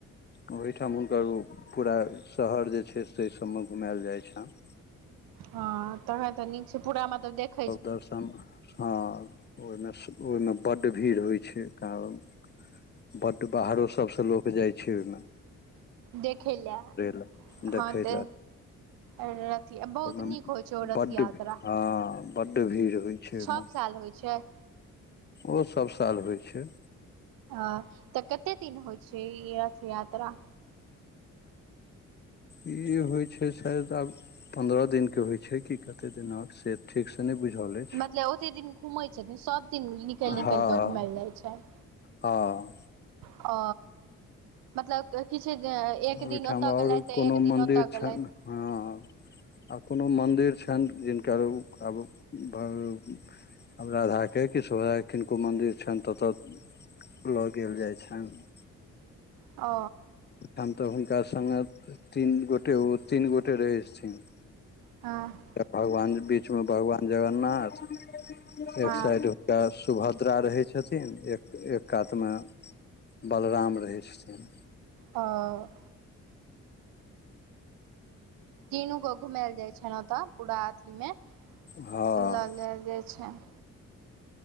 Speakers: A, on the left; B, on the right.
A: ओहिठाम हुनकर पूरा शहर जे छै से सबमे घुमाएल जाइ छनि
B: हँ तखन तऽ नीक छै पूरा मतलब देख
A: सब दर्शन हँ ओइमे ओइमे बड्ड भीड़ होइ छै कारण बड बाहरो सबसँ लोक जाइ छै ओइमे
B: देखै लए
A: लए देखै
B: हँ दे
A: लए
B: आओर अथी बहुत
A: ओहिमे
B: नीक होइ छै ओ रथ
A: बड्ड
B: यात्रा
A: हँ बड्ड भीड़ होइ छै ओहिमे
B: सब साल होइ छाय
A: ओ सब साल होइ छै
B: अ तऽ कते दिन होइ छै ई रथ यात्रा
A: ई होइ छै शायद आब पन्द्रह दिनके होइ छै कि कतेक दिन आब से ठीक स नै बुझल यै
B: मतलब ओते दिन घूमै छथिन सब दिन निकल निकल
A: हँ
B: कऽ घूमएल जाइ छैन
A: हँ
B: अ मतलब किछु एक
A: ओहिठाम
B: दिन ओतय
A: आओर
B: गेलथि तऽ
A: कोनो
B: एक दिन
A: मन्दिर
B: ओतऽ
A: छनि
B: गेलथि
A: हँ आ कोनो मन्दिर छनि जिनका ऊ आब भ हम राधाके किशोरी के किनको मन्दिर छनि तऽतऽ लऽ गेल जाइ छनि
B: अ
A: ठाम तऽ हुनका संगे तीन गोटे ओ तीन गोटे रहै छथिन
B: हँ
A: भगवान बीच मे भगवान जगन्नाथ
B: हँ
A: एक साइड <unintelligible> सुभद्रा रहै छथिन एक एक कातमे बलराम रहै छथिन
B: हऽ तीनू कऽ घुमैल जाय छनि ओतऽ पूरा अथी में <inaudible>
A: हँ
B: लऽ लेक जाय छन